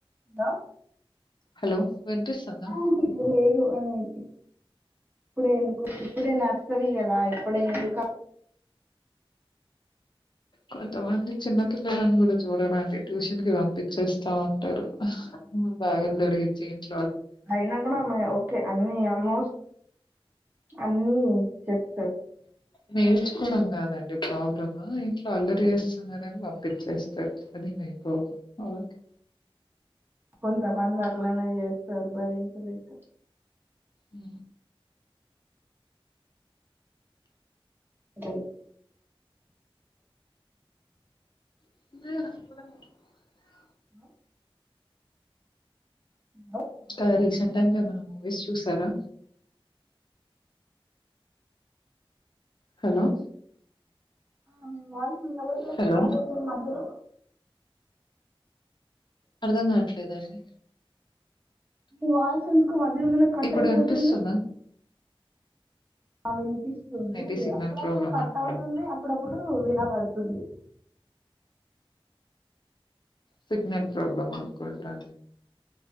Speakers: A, on the right (about 20°); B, on the left (about 50°).
A: ఇదా
B: హలో వినిపిస్తుందా
A: ఇ ఇనిపిసుంది లేదు ఊ ఇప్పుడే ఎందుకు ఇప్పుడే నర్సరీ కదా ఇప్పుడే ఎందుక
B: కొంతమంది చిన్న పిల్లలని గుడ చూడరండి ట్యూషన్ కి పంపిచేస్తా ఉంటారు బాయిల్దరిగి చేంజ్
A: అయినా గుడా ఓకే అన్ని ఆల్మోస్ట్ అన్ని చెప్
B: నేర్చుకోవడం గాదండి ప్రాబ్లమ్ ఇంట్లో అల్లరి చేస్తున్నారని పంపిచేస్తారు అది మిపో అవకి
A: కొంత మందట్లనే చేస్తారు భరించలేక
B: ఉ
A: త్
B: <inaudible>
A: హ బ
B: ఇంకా రీసెంట్ టైమ్ ఏమైనా మూవీస్ చూసారా హలో
A: ఆ మీ వాయిస్ <inaudible>
B: హలో
A: కటైయిపోతుంది మధ్యలో
B: అర్ధం కాట్లేదండి
A: మీ వాయిసెందుకు వధ్యలోనే కట్టైపోతుంది
B: ఇప్పుడు వినిపిస్తుందా
A: ఆ వినిపిస్తుంది
B: మేబి సిగ్నల్
A: అప్పుడప్పుడు
B: ప్రాబ్లమ్
A: కట్
B: అనుకోండి.
A: అవుతుంది అప్పుడప్పుడు విన పడుతుంది
B: సిగ్నల్ ప్రాబ్లమ్ అనుకుంటా